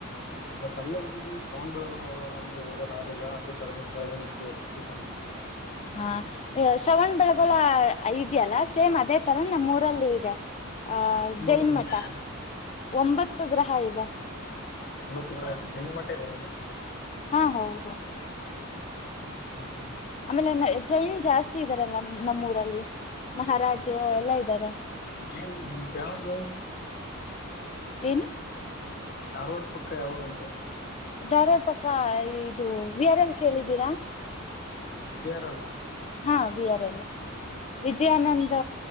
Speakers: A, on the left; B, on the left.
A: ಬಟ್ ಅಲ್ಲೇ ಹೋಗಿದ್ದೀ ಸೌಂಡ್ ಬೆಳಗೊಂಡ್ ಹೋಗೋಣ ಅಂದ್ರೆ ಹೋಗೋದ ಆಗಲಿಲ್ಲ ಅಲ್ಲೇ ಧರ್ಮಸ್ಥಳದಲ್ಲಿ ಪ್ಲೇಸ್ ಮಾಡಿ ಬಂದು
B: ಹಾ ಶ್ರವಣ್ ಬೆಳಗಳ ಐ್ಯಲ್ಲಾ ಸೇಮ್ ಅದೇ ತರ ನಮ್ಮ ರಲ್ಲಿ ಇದೆ ಆ
A: ನಿಮ್ಮೂರ್ನ
B: ಜೈನ್ ಮಠ
A: ಇದೆ
B: ಒಂಬತ್ತು ಗ್ರಹ ಹೌದಾ
A: ಒಂಬತ್ತುರ ಜನಮಟ್ಟ ಇದೆ
B: ಹಾ ಹೌದು
A: ಹ್ಮ್
B: ಆಮೇಲೆ ಜೈನ್ ಜಾಸ್ತಿ ಇದಾರಲ್ಲ ನಮ್ಮೂಊರಲ್ಲಿ ಮಹರಾಜು ಎಲ್ಲಾ ಇದ್ದಾರೆ
A: ಜೈನ ಯಾವ್ದು <unintelligible>
B: ಏನು
A: ಧಾರವಾಡ ಪಕ್ಕ ಯಾವೂರು ಅಂದ
B: ಧಾರವಾಡ್ ಪಕ್ಕ ಇದು ವಿಯರ್ ಎಲ್ ಕೇಳಿದ್ದೀರಾ
A: ವಿ ಆರ್ ಎಲ್ ಆ
B: ಹಾ ವಿ ಆರ್ ಎಲ್ ವಿಜಯಾನಂದ್